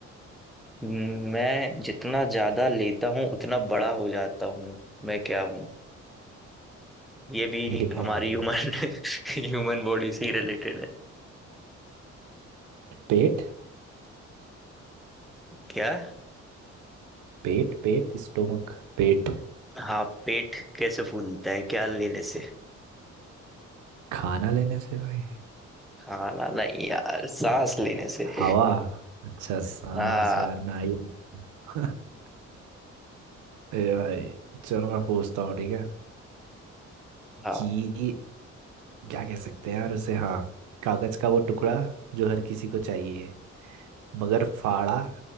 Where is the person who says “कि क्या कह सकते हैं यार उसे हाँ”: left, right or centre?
Right